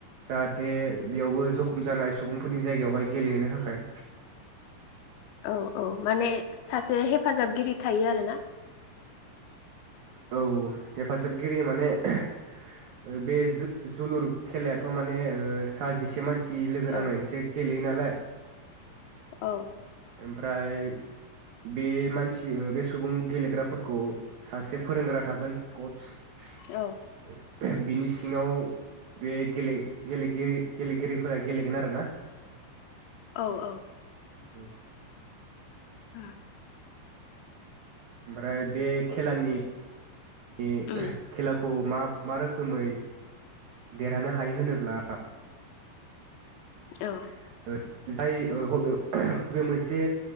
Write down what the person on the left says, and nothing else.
औ औ माने सासे हे फाजाबगिरि थायो आरो ना
औ
औ
औ
औ औ
<inaudible>
उम
औ